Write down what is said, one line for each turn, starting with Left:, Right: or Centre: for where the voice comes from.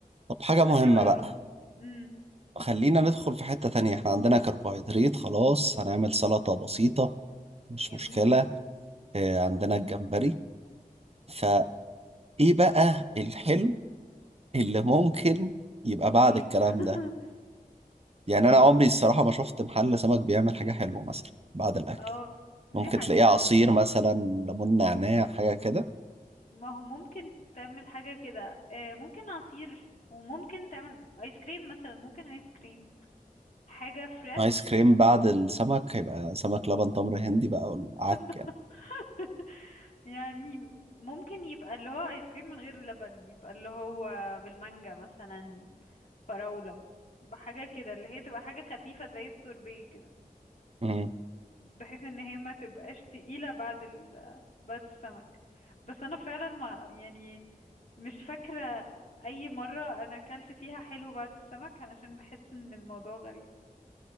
Right: طب حاجة
Left: هتبقى
Right: مهمة
Left: حلوة قوي
Right: بقى
Left: امم
Right: خلينا ندخل في حتة تانية احنا عندنا كربوهيدرات خلاص هنعمل سلطة بسيطة مش
Left: جميل
Right: مشكلة اه عندنا الجمبري فايه بقى الحلو اللي ممكن يبقى بعد
Left: يليق
Right: الكلام
Left: <laughs>
Right: ده يعني
Left: امم
Right: انا عمري الصراحة ما شفت محل سمك بيعمل حاجة حلوة مثلا بعد الاكل
Left: اه دي
Right: ممكن
Left: حقيقة
Right: تلاقيه عصير مثلا ليمون نعناع حاجة كده
Left: ما هو ممكن تعمل حاجة كده آه، ممكن عصير وممكن تعمل ايس كريم مثلا ممكن ايس كريم حاجة فريش
Right: ايس كريم بعد السمك هيبقى سمك لبن تمر هندي بقى والعك
Left: <laughs> يعني ممكن يبقى اللي هو ايس كريم من غير لبن يبقى اللي هو بالمانجا مثلا فراولة بحاجة كده اللي هي تبقى حاجة خفيفة زي السوربيه كده
Right: مم.
Left: بحيث ان هي ما تبقاش تقيلة بعد ال بعد السمك بس انا فعلا ما يعني مش فاكرة اي مرة انا اكلت فيها حلو بعد السمك علشان بحس ان الموضوع غريب